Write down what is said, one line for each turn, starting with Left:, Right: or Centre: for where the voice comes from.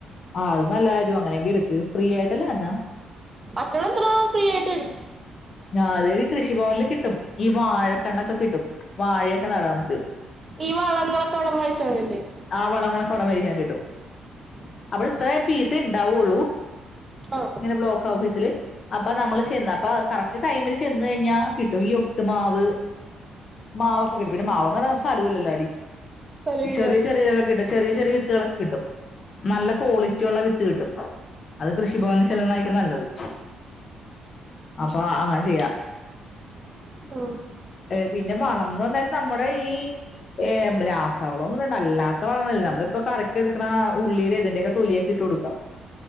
Left: ആഹ് അത് നല്ല കാര്യ അങ്ങനെങ്കി എടുക്ക് ഫ്രീ ആയിട്ടല്ലോ തന്നാ
Right: <unintelligible> ഫ്രീയായിട്ട് രും
Left: ഞാരികൃഷിഭവനില് കിട്ടും ഈ വാഴക്കണ്ണക്ക കിട്ടും വാഴക്കെ നടാം മുക്ക്
Right: ഈ വളങ്ങളൊക്കെവടുന്ന് <unintelligible>
Left: ആ വളങ്ങളൊക്കെ അവിടെമേടിക്കാൻ കിട്ടും
Right: ഉ <inaudible>
Left: അവടെ ഇത്ര പേസേ ഇണ്ടാവുള്ളൂ
Right: ആഹ്
Left: ഇങ്ങനെ ബ്ലോക്ക് ഔഫീസില് അപ്പ നമ്മള് ചെന്ന് അപ്പ കറക്ട് ടൈമില് ചെന്ന കഴിഞ്ഞാ കിട്ടും ഈ ഒട്ട്മാവ് മാവൊക്കെ കിട്ടും പിന്നെ മാവ് ഒന്നും <inaudible> സഥലവില്ലലോഡീ
Right: സ്ഥലമില്ല
Left: ചെറിയ ചെറിയ ഇതക്കെ കിട്ടും ചെറിയ ചെറിയ വിത്തുകളൊക്കെ കിട്ടും നല്ല ക്വാളിറ്റി ഒള്ള വിത്ത് കിട്ടും അത് കൃഷിഭവനില് ചൊല്ലുന്നതായിരിക്കുംനല്ലത് അപ്പ അങ്ങനെ ചെയ്യാം
Right: ആഹ്
Left: ഏയ് പിന്നെ വളംന്ന് വന്നാൽ നമ്മുടെ ഈ ഏഹ് രാസവളം ഒന്നും വേണ്ട അല്ലാത്ത വളങ്ങള് നമ്മളിപ്പൊ കറിക്ക് എടുക്കണ ഉള്ളീടെ ഇതിന്റെക്കെ തൊലിയക്കിട്ട് കൊടുക്കാം